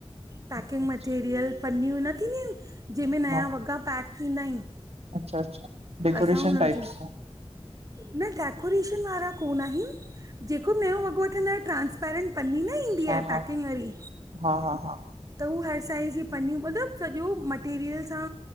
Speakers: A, on the right (about 35°); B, on the right (about 75°).
A: पैकिंग
B: अच्छा अच्छा
A: मटेरियल पन्नियूं न थींदियूं आहिनि। जंहिंमें नया
B: हाँ
A: वॻा पैक थींदा आहिनि।
B: अच्छा- अच्छा। डेकोरेशन
A: असां हुननि
B: टाइप्स
A: जो न डेकोरेशन वारा कोन आहिन, जेको नयों वॻो वठंदा आयो ट्रांस्पेरेंट। पनी न ईंदी आहे
B: हा हा
A: पैकिंग वारी।
B: हा हा हा
A: त उहा हर साइज़ जी पनियूं, मतिलबु सॼो मटेरियल सां